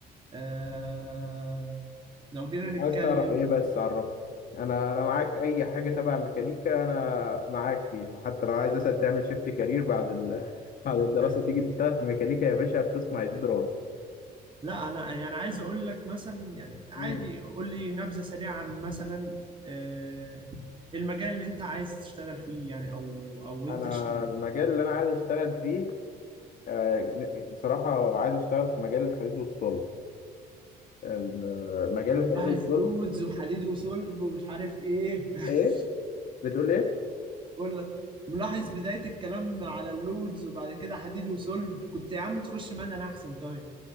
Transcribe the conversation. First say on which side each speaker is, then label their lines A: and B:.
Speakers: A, on the right; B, on the left.
A: آه، لو جينا نتكلم
B: عايز تعرف إيه بس عرف أنا أنا معاك أي حاجة تبع ميكانيكا أنا معاك فيها حتى لو عايز مثلا تعمل شيفت كارير بعد ال... <laughs> بعد الدراسة
A: <laughs>
B: تيجي تشتغل في ميكانيكا يا باشا القسم هيزيد راتب
A: لا انا يعني عايز اقول لك مثلا يعني عادي
B: مم.
A: قول لي نبذه سريعه عن مثلا آه، المجال اللي انت عايز تشتغل فيه يعني او او انت
B: أنا
A: ش...
B: المجال اللي أنا عايز أشتغل فيه آه، بصراحة عايز أشتغل في مجال الحديد والصلب ال- مجال
A: انا
B: الحديد
A: ملاحظ
B: والصلب
A: لودز وحديد وصلب ومش عارف ايه <laughs>
B: إيه؟ بتقول إيه؟
A: بقول لك ملاحظ بدايه الكلام على اللودز وبعد كده حديد وصلب كنت يا عم تخش مدني احسن طيب